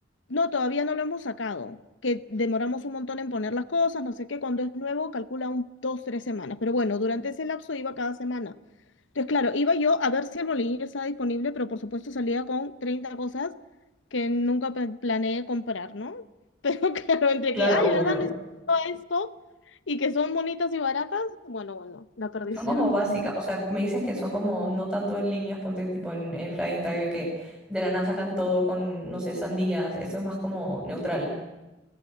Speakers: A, on the left (about 85°); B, in the centre.
A: No, todavía no lo hemos sacado, que demoramos un montón en poner las cosas, no sé qué, cuando es nuevo calcula un, dos, tres semanas, pero bueno, durante ese lapso iba cada semana. Entonces, claro, iba yo a ver si el bolillo estaba disponible, pero por supuesto salía con 30 cosas que nunca pe- planeé comprar, ¿no? Pero <laughs> claro, entre
B: Claro,
A: que, ay,
B: obvio.
A: ¿verdad? Necesito esto y que son bonitas y baratas, bueno, bueno, la perdición,
B: Son como básicas,
A: Inés, no
B: o sea, me dices que son como no tanto en líneas, ponte tipo en, en Flying Tiger que de la nada sacan todo con, no sé, sandías, esto es más como neutral.